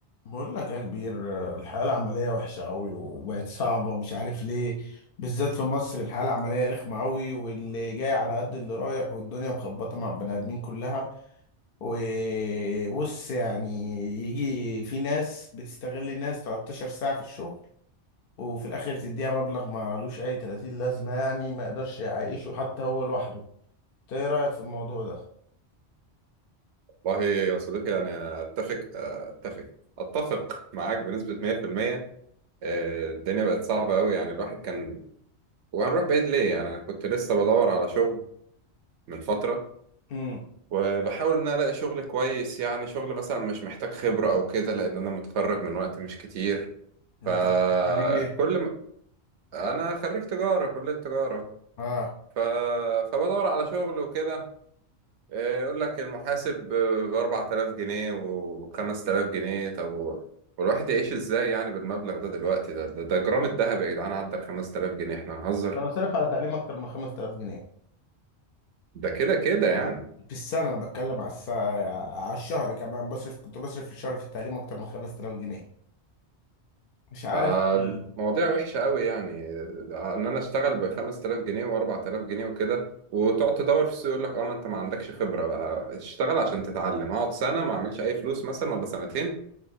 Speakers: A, on the left (about 60°); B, on the right (about 85°).
A: بقول لك يا كبير الحياة العملية وحشة أوي وبقت صعبة مش عارف ليه بالذات في مصر الحياة العملية رخمة أوي واللي جاي على قد اللي رايح والدنيا مخبطة مع البني آدمين كلها وبص يعني يجي في ناس بتستغل الناس 13 ساعة في الشغل وفي الآخر تديها مبلغ مالوش أي 30 لازمة يعني ما يقدرش يعيشه حتى هو لوحده إنت إيه رأيك في الموضوع ده؟
B: والله يا صديقي أنا أتفق أتفق أتفق معاك بنسبة 100% آه، الدنيا بقت صعبة أوي يعني الواحد كان وهنروح بعيد ليه يعني أنا كنت لسه بدور على شغل من فترة
A: امم
B: وبحاول إن أنا ألاقي شغل كويس يعني شغل مثلا مش محتاج خبرة أو كده لأن أنا متخرج من وقت مش كتير
A: أنت
B: فكل
A: خريج ايه؟
B: ما أنا خريج تجارة كلية تجارة
A: آه
B: ف... فبدور على شغل وكده آه، يقول لك المحاسب ب 4000 جنيه و 5000 جنيه طب و- والواحد يعيش ازاي يعني بالمبلغ ده دلوقتي ده ده, ده جرام الذهب يا جدعان عدى ال 5000 جنيه احنا هنهزر
A: أنا صرف على تعليم أكتر من 5000 جنيه
B: ده كده كده يعني
A: في السنة أنا بتكلم على الساعة على الشهر كمان بصرف كنت بصرف في الشهر في التعليم أكتر من 5000 جنيه مش عارف
B: فالمواضيع
A: مم.
B: وحشة قوي يعني ان انا اشتغل ب 5000 جنيه و 4000 جنيه وكده وتقعد تدور في السوق يقول لك اه ما انت ما عندكش خبرة بقى اشتغل عشان تتعلم اقعد سنة ما اعملش اي فلوس مثلا ولا سنتين